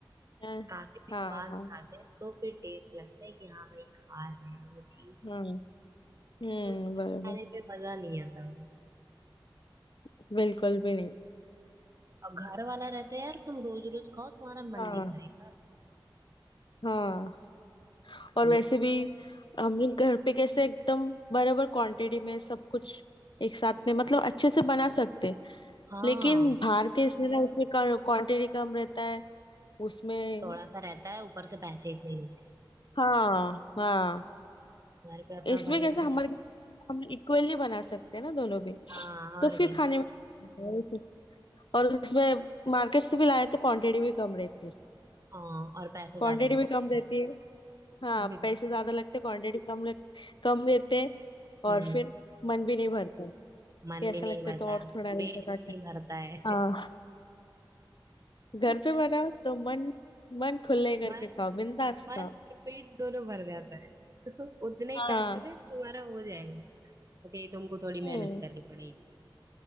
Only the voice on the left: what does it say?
हा
हाँ
हम्म हम्म,
बरोबर
<laughs> बिल्कुल भी नहीं
हाँ
हाँ और
वैसे
भी हम लोग घर पे कैसे एकदम बराबर क्वांटिटी में सब कुछ एक साथ में मतलब अच्छे से बना सकते
लेकिन बाहर के इसमें ना उसमें क्वांटिटी कम रहता है उसमें
हाँ हाँ
इसमें
कैसे
हमारे घर में हम इक्वली बना सकते हैं ना दोनों भी
तो
फिर
खाने में होता है उसे। और उसमें मार्केट से भी लाए तो क्वांटिटी भी कम रहती है
क्वांटिटी
भी कम रहती है हाँ
पैसे
ज्यादा लगते क्वांटिटी कम लग कम देते हैं, और
फिर मन भी नहीं भरता है कि
ऐसा
लगता
है तो और थोड़ा रहता
जाता
हाँ घर
पे बनाओ तो मन मन खुले
करके खाओ बिंदास
खाओ
हाँ
हम्म